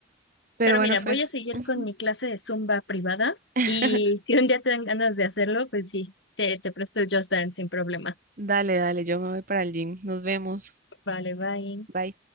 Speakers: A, on the right; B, on the left.
A: Pero
B: pero
A: bueno,
B: mira,
A: Fer,
B: voy a seguir
A: ujú.
B: con mi clase de Zumba privada
A: <laughs>
B: y si un día te dan ganas de hacerlo, pues sí, te, te presto el Just Dance sin problema.
A: dale, dale, yo me voy para el gym. Nos vemos.
B: Vale, bye.
A: Bye.